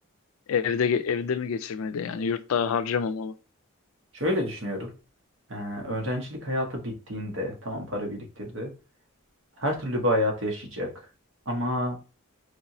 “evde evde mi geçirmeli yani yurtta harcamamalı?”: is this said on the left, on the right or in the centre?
Left